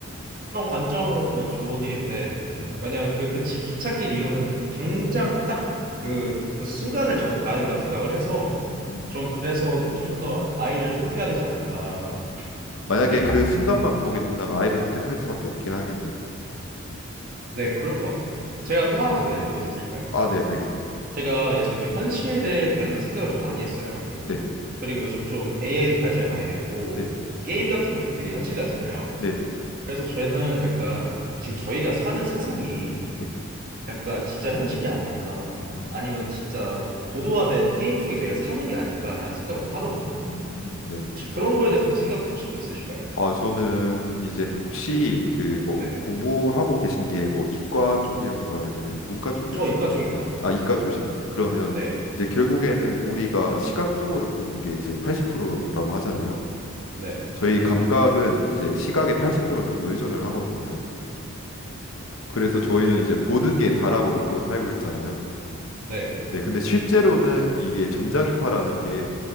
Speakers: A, on the right (about 40°); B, on the left (about 70°).
A: 그런 관점으로 보면 좋은 일인데
B: 네.
A: 만약 그, 그 차- 기찻길 이론은 당장 딱 그, 그 순간을 저는 봐야 된다고 생각을 해서
B: 음,
A: 전 그래서 좀 더 아이를 선택해야 되지 않을까.
B: 아, 만약에
A: 네.
B: 그 순간만 보게 된다면 아이를 선택할 수밖에 없긴 하겠네요.
A: 네, 그럴 것 같아요. 제가
B: 음,
A: 또 하나 더 내도 될까요?
B: 아, 네, 알겠습니다.
A: 제가 예전에 그 현실에 관련된 생각을 좀 많이 했어요.
B: 네,
A: 그리고 요즘 좀 AI도 발전이 많이 됐고
B: 네, 네,
A: 게임 같은 것도 되게 현실 같잖아요.
B: 네, 네,
A: 그래서 저는 약간 지금 저희가 사는 세상이
B: 네,
A: 약간 진짜 현실이 아니라
B: 음,
A: 아니면 진짜 고도화된 게임 속에 저희가 사는 게 아닐까라는 생각도 하거든요.
B: 음, 네, 네.
A: 혹시 그런 거에 대해서 생각해 보신 적 있으실까요?
B: 아, 저는 이제 혹시 그 뭐
A: 네.
B: 공부하고 계신 게 뭐 이과 쪽이었는가요? 아니면 문과 쪽이었을까요?
A: 저 이과 쪽입니다.
B: 아, 이과 쪽이신가요? 그러면
A: 네.
B: 이제 결국에는 우리가 시각적으로 보는 게 이제 80%라고 하잖아요.
A: 네.
B: 저희 감각은 이제 시각의 80% 정도 의존을 하거든요. 그래서 저희는 이제 보는 게 다라고 믿고 살고 있잖아요.
A: 네.
B: 네, 근데 실제로는 이게 전자기파라는 게